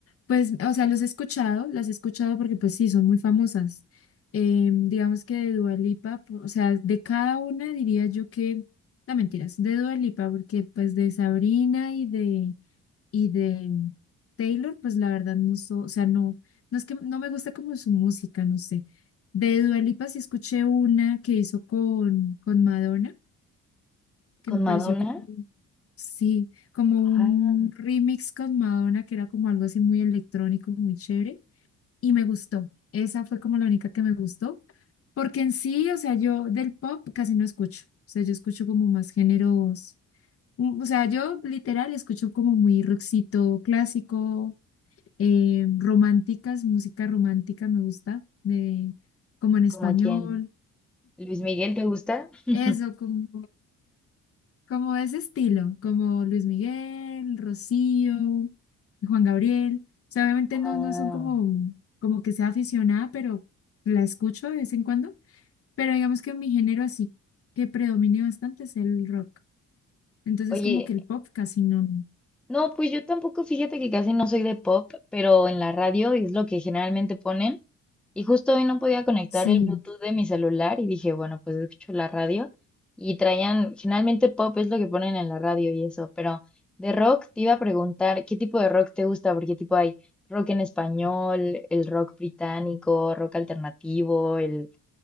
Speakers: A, on the left; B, in the centre.
A: Pues, o sea, los he escuchado, las he escuchado porque pues sí, son muy famosas. Em, digamos que de Dua Lipa, po- o sea, de cada una diría yo que, no mentiras, de Dua Lipa, porque pues de Sabrina y de Y de Taylor, pues la verdad no so, o sea, no, no es que no me gusta como su música, no sé. De Dua Lipa sí escuché una que hizo con, con Madonna, que
B: ¿Con
A: me pareció
B: Madonna?
A: como, sí, como
B: Ah,
A: un remix con Madonna, que era como algo así muy electrónico, muy chévere, y me gustó. Esa fue como la única que me gustó, porque en sí, o sea, yo del pop casi no escucho, o sea, yo escucho como más géneros. u- O sea, yo literal escucho como muy rockcito clásico, eh, románticas, música romántica me gusta, de, como en español,
B: ¿como quién? ¿Luis Miguel te gusta? <laughs>
A: eso, como, como ese estilo, como Luis Miguel, Rocío, Juan Gabriel. O sea, obviamente
B: Ah,
A: no, no son como, como que sea aficionada, pero la escucho de vez en cuando. Pero digamos que mi género así que predomine bastante es el rock. Entonces
B: oye.
A: como que el pop casi no.
B: No, pues yo tampoco, fíjate que casi no soy de pop, pero en la radio es lo que generalmente ponen. Y justo hoy no podía conectar
A: Sí.
B: el Bluetooth de mi celular y dije, bueno, pues escucho la radio. Y traían, generalmente pop es lo que ponen en la radio y eso, pero de rock te iba a preguntar, ¿qué tipo de rock te gusta? Porque tipo hay rock en español, el rock británico, rock alternativo, el,